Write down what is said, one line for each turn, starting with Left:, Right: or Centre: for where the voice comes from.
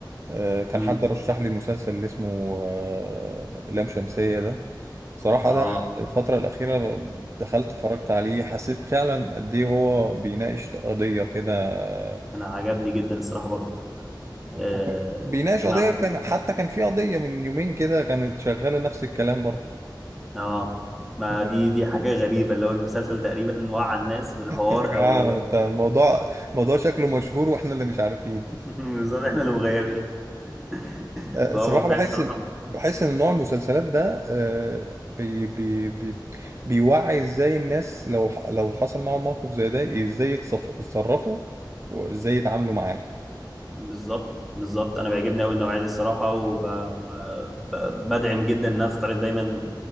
Right: آه، كان
Centre: امم
Right: حد رشح لي المسلسل اللي اسمه آه، لام شمسية ده صراحة
Centre: اه
Right: ده الفترة الأخيرة دخلت اتفرجت عليه حسيت فعلا قد إيه هو بيناقش قضية كده آه،
Centre: انا عجبني جدا الصراحه برضه
Right: وك-
Centre: آه
Right: بيناقش
Centre: معمول
Right: قضية كان حتى كان في قضية من يومين كده كانت شغالة نفس الكلام برضه
Centre: اه ما
Right: <laughs>
Centre: دي دي حاجه غريبه اللي هو المسلسل تقريبا وعى الناس بالحوار
Right: يا جماعة
Centre: او
Right: انت الموضوع موضوع شكله مشهور واحنا اللي مش عارفين
Centre: <laughs> بالظبط احنا اللي مغيبين <laughs>
Right: آه،
Centre: فهو
Right: صراحة
Centre: فعلا
Right: بحس
Centre: صراحه
Right: إن- بحس ان نوع المسلسلات ده آه، بي بي بي بيوعي ازاي الناس لو ح- لو حصل معاهم موقف زي ده ازاي يتصف- يتصرفوا وازاي يتعاملوا معاه
Centre: بالظبط بالظبط انا بيعجبني قوي النوعيه دي الصراحه وبدعم جدا انها تتعرض دايما